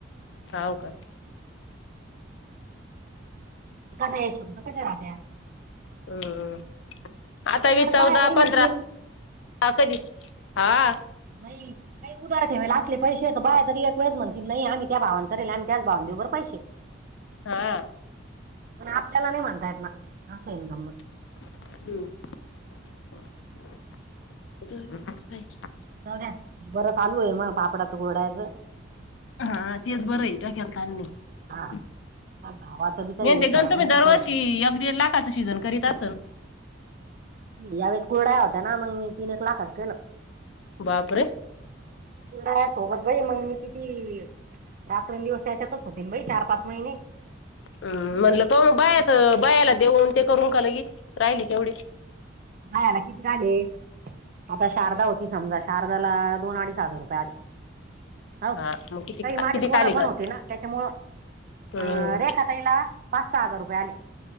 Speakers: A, on the left; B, on the right.
A: हाव का.
B: एखादा हे शब्द कशे राहत्या?
A: हम्म, आता
B: एक वेळेस
A: ही चौदा,
B: बाया तरी म्हणतील
A: पंधरा का <unintelligible> कधी हा.
B: भाई. काही उदार ठेवायला असले पैसे तर बाया तरी एक वेळेस म्हणतील नाही आम्ही त्या भावन करेल आम्ही त्याच भावांन देऊ पैसे.
A: हा
B: पण आपल्याला नाही म्हणतायेत ना अस आहे ना गंमत.
A: हम्म, <unintelligible>
B: जाऊद्या बरं चालू आहे मा पापडाचं, कुरडायचं
A: हा तेच बर हे डोक्याला ताण नाही.
B: हा भावाचं बी काही
A: मे ते
B: फरक
A: गंतु मी
B: नाही
A: दर
B: काही
A: वर्षी एक, दिड लाख काचं सीजन करीत असल?
B: यावेळेस कुरड्या होत्या ना मग मी तीन, एक लाखच केलं.
A: बापरे
B: तुलां सोबतं बाई मंग मी किती रात्रंदिवसं त्यांच्यातचं होते बाई चार पांच महिने
A: हम्मं म्हटलं ते मगं बायांच्या बायांला देऊंन ते करूंन कालं की राहिली तेवढी
B: बायांला किती झाले आंता शारदा होती समजां शारदांला दोन अडीच हजांर रुपये आले हो
A: हा मग किती
B: कांहीं माझी
A: किती
B: पोरं
A: काले
B: पणं
A: काल
B: होती नां त्यांच्यामुळे
A: हम्म
B: अं रेखा ताईला पांच सहा हजांर रुपये आले